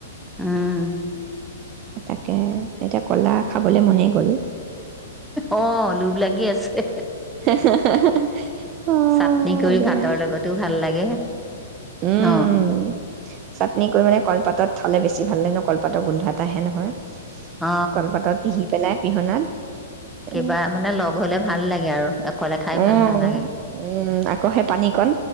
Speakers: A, in the centre; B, on the right (about 35°).
A: উম
B: তাকে এতিয়া কলা খাবলে মনেই গ'ল
A: অ লোভ লাগি আছে
B: হে হে হে হে অ
A: চাটনি কৰি
B: হয় দিয়া
A: ভাতৰ লগতো ভাল লাগে
B: উম
A: ন
B: চাটনি কৰি মানে কলপাতত খালে বেছি ভাল লাগে ন কলপাতৰ গোন্ধ এটা আহে নহয়
A: অ
B: কলপাতত পিহি পেলাই পিহনাত
A: কিবা
B: এ
A: মানে লগ হলে ভাল লাগে আৰু অকলে খাই
B: উম
A: ভাল নালাগে
B: উম আকৌ সেই পানী কণ